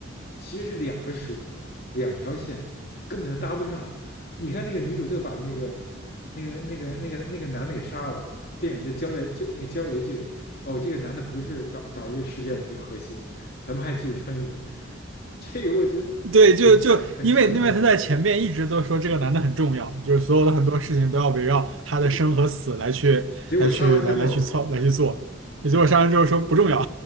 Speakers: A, on the left; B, on the right.
A: 其实是两个时空，两条线根本就搭不上。你看那个女主最后把那个那个那个那个那个男的给杀了，电影就交代就那个交代一句，哦，这个男的不是导导致这个事件的一个核心，咱们还继续穿越，<laughs> 这个我觉得很强很强行，
B: 对，就就因为因为他在前面一直都说这个男的很重要，就是所有的很多事情都要围绕他的生和死来去来去来来去操来去做，
A: 结结果杀完之后，
B: 也结果上来之后说不重要，
A: 对